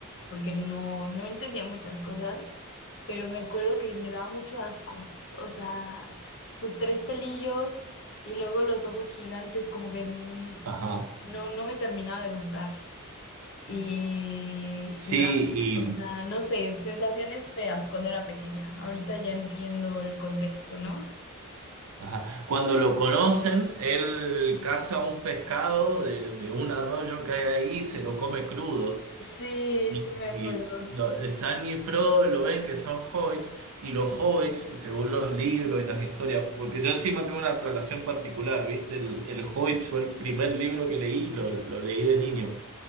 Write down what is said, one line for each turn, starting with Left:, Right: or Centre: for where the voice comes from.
Left: porque no, no entendía muchas cosas, pero me acuerdo que me daba mucho asco, o sea, sus tres pelillos y luego los ojos gigantes, como que n-
Right: Ajá.
Left: no, no me terminaba de gustar. Y
Right: Sí,
Left: me da, o
Right: y
Left: sea, no sé, sensaciones feas cuando era pequeña. Ahorita ya entiendo el contexto, ¿no?
Right: ajá. Cuando lo conocen, él caza un pescado de, de un arroyo que hay ahí y se lo come crudo.
Left: Sí,
Right: Y,
Left: sí me acuerdo.
Right: y lo- Sam y Frodo lo ven que son hobbits, y los hobbits, según los libros y las historias, porque yo encima tengo una relación particular, ¿viste? El, el Hobbit fue el primer libro que leí, lo, lo leí de niño.